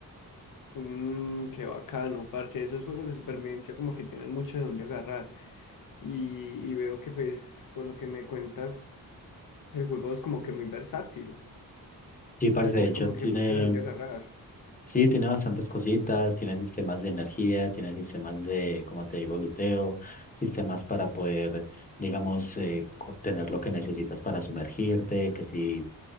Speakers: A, on the left; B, on the left.
A: Mmm, qué bacano, parce. Esos juegos de supervivencia como que tienen mucho de dónde agarrar. Y, y veo que pues por lo que me cuentas El juego es como que muy versátil,
B: Sí, parce,
A: pues tiene
B: de hecho,
A: como
B: tiene,
A: que mucho de dónde agarrar.
B: Sí, tiene bastantes cositas, tiene sistemas de energía, tiene sistemas de, como te digo, luteo, sistemas para poder, digamos, eh, obtener lo que necesitas para sumergirte, que si